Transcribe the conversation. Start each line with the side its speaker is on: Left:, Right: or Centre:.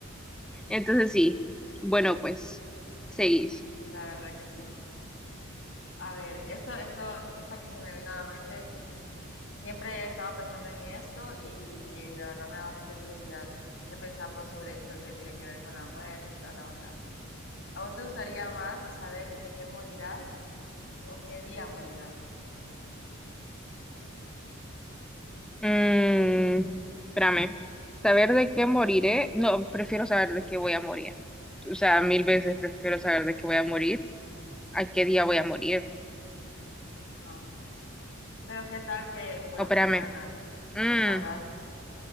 Centre: Entonces sí. Bueno, pues, seguís.
Left: Sí, la verdad que sí. A ver, esto, esto, esta que se me vino a la mente Siempre he estado pensando en esto y, y la verdad me da bastante curiosidad qué pensás vos sobre esto que tiene que ver con la muerte y toda la onda. ¿A vos te gustaría más saber de qué morirás o qué día morirás?
Centre: Mm, espérame. ¿Saber de qué moriré? No, prefiero saber de qué voy a morir. O sea, mil veces prefiero saber de qué voy a morir, a qué día voy a morir.
Left: Ajá. Pero qué tal que muras
Centre: Oh, espérame.
Left: mañana y
Centre: Mm,
Left: no sabrás